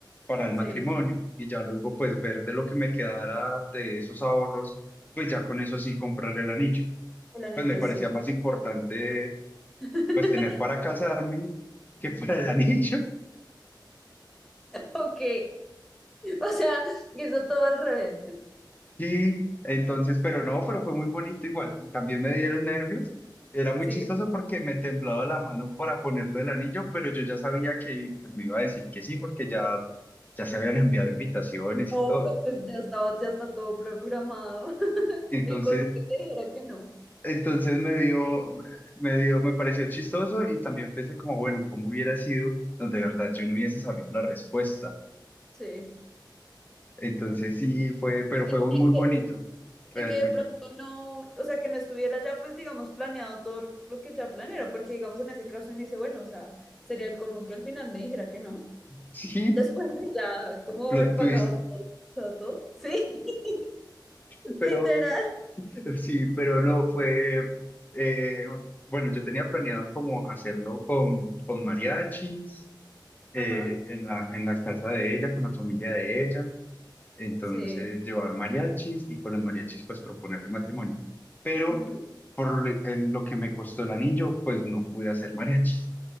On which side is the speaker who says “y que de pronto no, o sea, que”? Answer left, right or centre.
Centre